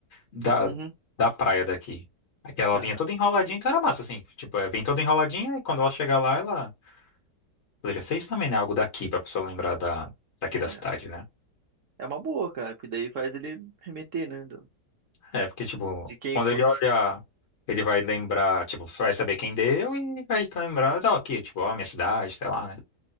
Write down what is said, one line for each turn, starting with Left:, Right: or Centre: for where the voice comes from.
Left: da,
Right: Uhum.
Left: da praia daqui. Aqui ela
Right: Aham.
Left: vinha toda enroladinha, então era massa, assim. Tipo, é, vem toda enroladinha e quando ela chegar lá, ela. Poderia ser isso também, né? Algo daqui pra pessoa lembrar da, daqui
Right: É,
Left: da cidade, né?
Right: é uma boa, cara, porque daí faz ele remeter, né? do-
Left: É, porque, tipo,
Right: De quem
Left: quando
Right: foi.
Left: ele olhar, ele vai lembrar, tipo, vai saber quem deu e vai lembrar, ó, aqui, tipo, ó, minha cidade, sei lá, né?